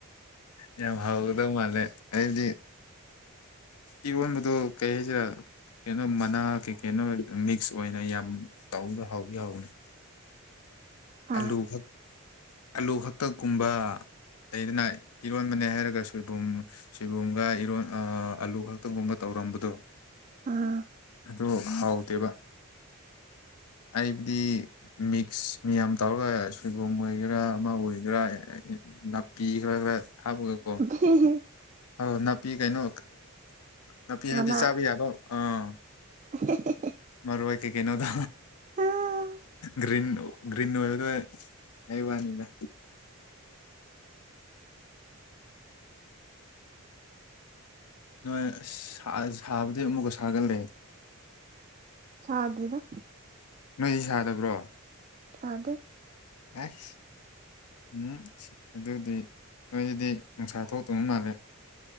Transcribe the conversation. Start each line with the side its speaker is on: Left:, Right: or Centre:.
Left: ꯌꯥꯝ ꯍꯥꯎꯒꯗꯧ ꯃꯥꯜꯂꯦ ꯑꯩꯗꯤ ꯏꯔꯣꯟꯕꯗ ꯀꯩ ꯍꯥꯏꯁꯤꯔꯥ ꯀꯩꯅꯣ ꯃꯅꯥ ꯀꯩ ꯀꯩꯅꯣ ꯃꯤꯛꯁ ꯑꯣꯏꯅ ꯌꯥꯝ ꯇꯧꯕꯗꯣ ꯍꯥꯎꯗꯤ ꯍꯥꯎꯕꯅꯤ
Right: ꯑ
Left: ꯑꯂꯨ ꯈꯛ ꯑꯂꯨ ꯈꯛꯇꯛ ꯀꯨꯝꯕ ꯂꯩꯗꯅ ꯏꯔꯣꯟꯕꯅꯦ ꯍꯥꯏꯔꯒ ꯁꯣꯏꯕꯨꯝ ꯁꯣꯏꯕꯨꯝꯒ ꯏꯔꯣꯏ ꯑꯥ ꯑꯂꯨ ꯈꯛꯇꯒꯨꯝꯕ ꯇꯧꯔꯝꯕꯗꯣ
Right: ꯑꯥ
Left: ꯑꯗꯨ ꯍꯥꯎꯇꯦꯕ ꯍꯥꯏꯕꯗꯤ ꯃꯤꯛꯁ ꯃꯤꯌꯥꯝ ꯇꯧꯔꯒ ꯁꯣꯏꯕꯨꯝ ꯑꯣꯏꯒꯦꯔꯥ ꯑꯃ ꯑꯣꯏꯒꯤꯔꯥ ꯅꯥꯞꯄꯤ ꯈꯔ ꯈꯔ ꯍꯥꯞꯄꯒꯀꯣ
Right: <unintelligible>
Left: ꯑꯧ ꯅꯥꯄꯤ ꯀꯩꯅꯣ ꯅꯥꯄꯤ ꯍꯥꯏꯕꯗꯤ
Right: ꯃꯅꯥ
Left: ꯆꯥꯕ ꯌꯥꯕ ꯑꯥ
Right: <unintelligible>
Left: ꯃꯔꯣꯏ ꯀꯩ ꯀꯩ ꯅꯣ ꯗꯣ
Right: ꯑꯥ
Left: ꯒ꯭ꯔꯤꯟ ꯒꯔꯤꯟ ꯑꯣꯏꯔꯒ ꯍꯥꯏꯋꯥꯅꯤꯗ ꯅꯣꯏ ꯁꯥ ꯁꯥꯕꯨꯗꯤ ꯑꯃꯨꯛꯀ ꯁꯥꯒꯠꯂꯦ
Right: ꯁꯥꯗꯦꯗ
Left: ꯅꯣꯏꯗꯤ ꯁꯥꯗꯕ꯭ꯔꯣ
Right: ꯁꯥꯗꯦ
Left: ꯑꯦꯁ ꯎꯝ ꯑꯗꯨꯗꯤ ꯅꯣꯏꯗꯤ ꯅꯨꯡꯁꯥ ꯊꯣꯛꯇꯕ ꯃꯥꯜꯂꯦ